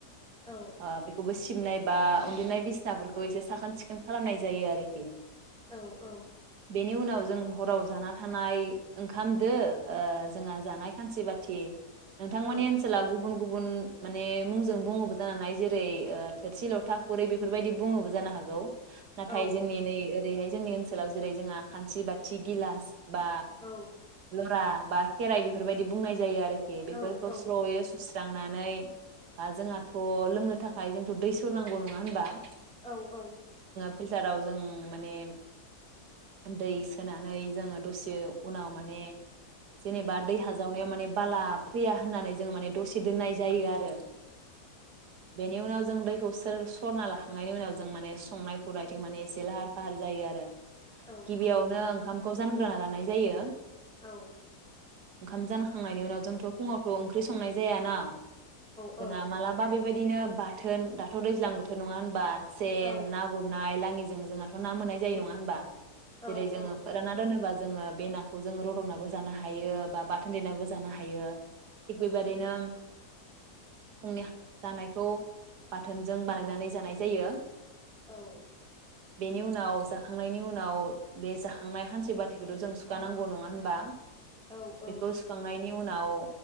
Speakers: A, in the centre; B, on the right (about 80°).
A: औ
B: ओ बेखौ बो सि सिबनाय बा उन्दुनाय बिसनाफोरखौ एसे साखोन सिखोन खालामनाय जायो आरोखि ।
A: औ औ
B: बेनि उनाव जों हराव जाना थानाय ओंखाम दो ओ जोंहा जानाय खानसि बाथि नोंथांमोननि
A: औ
B: ओनसोलाव गुबुन गुबुन माने मुंजों बुङोबो जानानै हानाय जेरै ओ थोरसि लथा खुरै बेफोरबायदि बुङोबो जानो हागौ । नाथाय
A: औ
B: जोंनि नै ओरैहाय जोंनि ओनसोलाव जेरै जोंहा खानसि बाथि गिलास बा
A: औ
B: लरा बा खेराइ बेफोरबायदि बुंनाय जायो आरो बेफोरखौ
A: औ औ
B: स्र' यै सुस स्रांनानै बा जोंहाथ' लोंनो थाखाय जोंथ' दै सरनांगौ नङा होनबा ।
A: औ औ
B: फिल्टाराव जों माने दै सोनानै जोङो दसे उनाव माने जेनेबा दै हाजावनायाव माने बाला फैया होननानै जों माने दोननाय जायो आरो बेनि उनाव जों दैखौ सोर सरना लाखांनायनि उनाव जों माने संनाय खुरनायथिं माने एसे लाहार फाहार जायो आरो ।
A: औ
B: गिबियावनो
A: औ
B: ओंखाम खौ जानग्रोना लानाय जायो
A: औ
B: ओंखाम जानखांनायनि उनाव जोंथ' फुङावथ' ओंख्रि संनाय जाया ना
A: औ
B: जोंहा मालाबा बेबाय बिदिनो बाथोन दाथ' दैज्लां बोथोर नङा होनबा सेन
A: औ
B: ना गुरनाय लाङि जों जोंहाथ'ना मोननाय जायो नङा होनबा
A: औ
B: जेरै जोङो
A: औ
B: फोराना दोनोबा जोङो बे नाखौ जोङ रदंनाबो जानो हायो बा बाथोन देरनाबो जानो हायो थिग
A: औ
B: बेबायदिनो फुंनि जानायखौ बाथोनजों बानायनानै जानाय जायो
A: औ
B: बेनि उनाव जाखांनायनि उनाव बे जाखांनाय खानसि-बाथिखौथ' जों सुखानांगौ नङा होनबा
A: औ औ
B: बेखौ सुखांनायनि उनाव